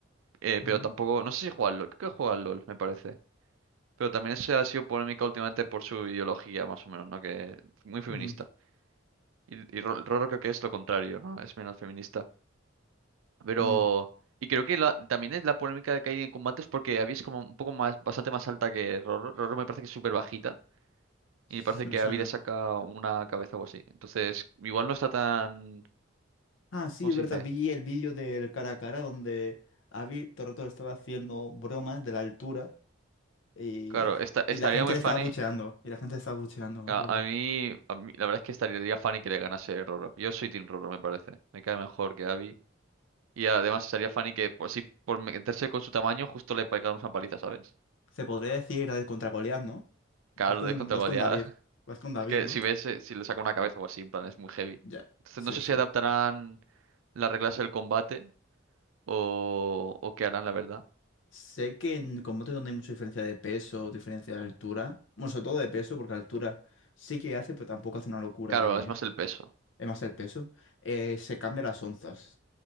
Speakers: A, on the right; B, on the left.
A: eh,
B: Ajá.
A: pero tampoco. No sé si juega al LOL. Creo que juega al LOL, me parece. Pero también se ha sido polémica últimamente por su ideología, más o menos, ¿no? Que muy feminista.
B: Mm,
A: Y, y Ro- Rorro creo que es lo contrario, ¿no? Es menos feminista. Pero,
B: mm,
A: y creo que la- también es la polémica que hay en combates porque Abby es como un poco más, bastante más alta que Roro. Roro me parece que es súper bajita y
B: s-
A: me parece
B: me
A: que
B: suena.
A: Abby le saca una cabeza o así. Entonces, igual no está tan,
B: Ah, sí,
A: ¿cómo
B: es
A: se
B: verdad,
A: dice?
B: vi el vídeo del cara a cara donde Abby todo el rato estaba haciendo bromas de la altura. Y,
A: Claro, esta-
B: y
A: estaría
B: la gente
A: muy
B: le
A: funny.
B: estaba bucheando. Y la gente le estaba bucheando, me
A: A,
B: acuerdo.
A: a mí, a mí- la verdad es que estaría funny que le ganase Roro. Yo soy Team Roro, me parece. Me cae mejor que Abby. Y además estaría funny que, por si por meterse con su tamaño, justo le pegara una paliza, ¿sabes?
B: Se podría decir la de contra Goliat, ¿no?
A: Claro,
B: Vas con,
A: de
B: un-
A: contra
B: vas
A: Goliat.
B: con David. Vas con David,
A: Es que
B: ¿no?
A: si ves, eh, si le saca una cabeza o así, en plan, es muy heavy.
B: Ya.
A: Entonces
B: Sí,
A: no sé si
B: sí.
A: adaptarán las reglas del combate o, o qué harán, la verdad.
B: Sé que en combate donde hay mucha diferencia de peso, diferencia de altura. Bueno, sobre todo de peso, porque altura sí que hace, pero tampoco hace una locura
A: Claro,
B: de.
A: es más el peso.
B: Es más el peso. eh, se cambian las onzas,